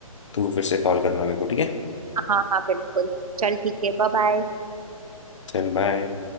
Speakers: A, on the left; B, on the right.
A: तू फिर से कॉल करना मेरे को ठीक है
B: हाँ हाँ बिल्कुल चल ठीक है बाय बाय
A: चल बाय